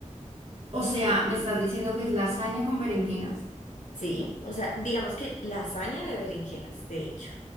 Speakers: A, on the right; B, on the left.
A: O sea, ¿me estás diciendo que es lasaña con berenjenas?
B: Sí, o sea, digamos que lasaña de berenjenas, de hecho.